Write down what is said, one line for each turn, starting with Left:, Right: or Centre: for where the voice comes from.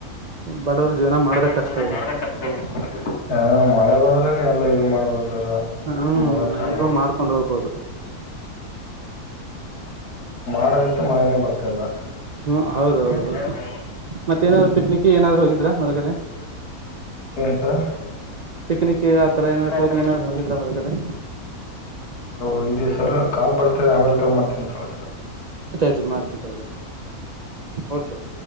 Right: ಬಡವರು ಜೀವನ ಮಾಡದ
Left: <unintelligible>
Right: ಕಷ್ಟ ಇದೆ
Left: ಹ ಮಳೆ ಬಂದ್ರೇನ ಎಲ್ಲ. ಇದು ಮಾಡ್ಬೋದು ಸರ್
Right: ಹ್ಮ
Left: ಮಳೆ ಚಾಲು
Right: ಹೆಂಗೋ ಮಾಡ್ಕೊಂಡ್ ಹೋಗ್ಬೋದು.
Left: ಮಾಡಗಿತ್ತ ಮಳೆನೇ ಬರ್ತಾ ಇಲ್ಲ
Right: ಹ್ಮ ಹೌದೌದ
Left: ಹ್ಮ್
Right: ಹೌದು
Left: ಹೌದೌದು
Right: ಮತ್ತ ಏನಾದ್ರು ಪಿಕ್ನಿಕ್ ಏನಾದ್ರು ಹೋಗಿದ್ರಾ ಹೊರಗಡೆ.
Left: ಏನು ಸರ್
Right: ಪಿಕ್ನಿಕ್ ಆತರ ಏನಾದ ಟೂರ್
Left: ಥರ
Right: ಏನಾದ್ರು ಹೋಗಿದ್ರ ಹೊರಗಡೆ.
Left: ಹ ಸರ್ ಕಾಲ್ ಬರ್ತದೆ ಆಮೇಲೆ ಕಾಲ್ ಮಾಡ್ತೀನಿ ತೊಳ ಸರ್.
Right: <inaudible> ಮಾಡ್ತೀನಿ ತಗೋಳಿ ಓಕೆ ಓಕೆ